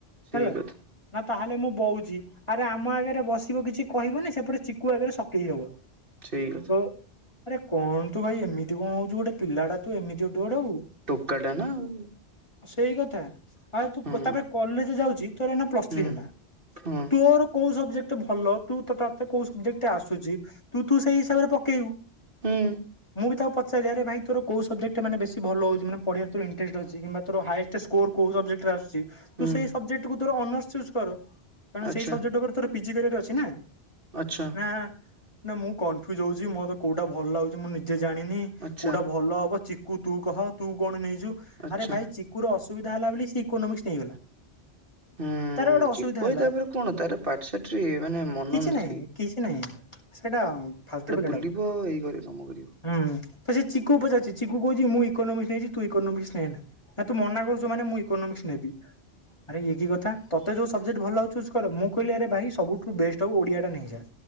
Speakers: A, on the right; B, on the left.
A: ସେଇ
B: ହେଲା।
A: କଥା
B: ନା ତାହେଲେ ମୁଁ ବଉଚି ଆରେ ଆମ ଆଗରେ ବସିବ କିଛି କହିବନି ସେପଟେ ଚିକୁୁ ଆଗରେ ସକେଇ ହବ।
A: ସେଇ କଥା
B: ଆରେ କଣ ତୁ ଭାଇ ଏମିତି କଣ ହଉଛୁ ଗୋଟେ ପିଲାଟା ତୁ ଏମିତି ହବୁ ଗୋଟେ।
A: ଟୋକ ଟା ନା ଆଉ।
B: ସେଇ କଥା ଆରେ ତୁ
A: ହୁଁ
B: ତାପରେ କଲେଜ ଯାଉଚି ତୋର ନା ପ୍ଲସ
A: ହୁଁ
B: ଥ୍ରୀ ହେଲା।
A: ହୁଁ
B: ତୋର କୋଉ ସବଜେକ୍ଟ ଭଲ ତୁ ତତେକୋଉ ସବଜେକ୍ଟ ଆସୁଛି। ତୁ ତୁ ସେଇ ହିସାବରେ ପକେଇବୁ।
A: ହୁଁ।
B: ମୁଁ ବି ତାକୁ ପଚାରିରେ ଭାଇ ତୋଉ ସବଜେକ୍ଟ ମାନେ ବେସି ଭଲ ହଉଛି ମାନେ ପଢି ବାକୁ ତୋର ଇଟରେଷ୍ଟ ଅଛି। ତୋରଏଷ୍ଟ। ସେ ସ୍କୁଲ କୋଉଦିନ ଲେଟ୍ରରେ ଆସୁଛି। ତୁ
A: ହୁଁ
B: ସେଇ ସବଜେକ୍ଟ କୁ ତୋର ଅନର୍ସ ଚୁଜ କର
A: ଆଚ୍ଛା
B: ସେଇ ସବଜେକ୍ଟରେ ତୋର ପିଜି କରିବାର ଅଛି ନା।
A: ଆଚ୍ଛା।
B: ହଁ ନା ମୁଁ କନଫ୍ୟୁଜ ହଉଛି ମୋତେ କୋଉଟା ଭଲ ଲାଗୁଚି ମୁଁ ନିଜେ ଜାଣିନି।
A: ଆଚ୍ଛା
B: କୋଉଟା ଭଲ ହବ ଚିକୁୁ ତୁ କହ ତୁ କଣ ନେଇଛୁ
A: ଆଚ୍ଛା
B: ଆରେ ଭାଇ ଚି ଚିକୁର ଅସୁବିଧା ହେଲା ବୋଲି ସେ ଇକ୍କୋମିସ୍ ନେଇଗଲା।
A: ହୁଁ
B: ତାର ଗୋଟେ ଅସୁବିଧା
A: ଚିକୁ
B: ହେଲା।
A: ତାପରେ କଣ ତାର ପାଠଶାଠରେ ଇଏ ମାନେ ମନ
B: କିଛି
A: ନଥାଇ।
B: ନାହିଁ କିଛି ନାଇଁ ସେଇଟା ଫାଲତୁ ପିଲାଟା
A: ବୁଲିବ ଏଇ ଘରେ କାମ କରିବ
B: ହୁଁ। ତ ସେ ଚିକୁ ପଚାରଛି ଚିକୁ କହୁଛି ମୁଁ ଇୋନମିକ୍ସ ନେଇଛି ତୁ ଇୋନମିକ୍ସ ନେ ନା। ନାଁ ତୁ ମନା କରୁଚୁ ମାନେ ମୁଁ ଇୋନୋମିକ୍ସ ନେବି। ଆରେ ଇଏ କି କଥା ତତେ ଯଉ ସବଜେକ୍ଟ ଭଲ ଲାଗୁଛି ଚୁଜ୍ କର ମୁଁ କହିଲି ଆରେ ଭାଇ ସବୁଠୁ ବେଷ୍ଟ ହବ ଓଡିଆା ନେଇଯାଆ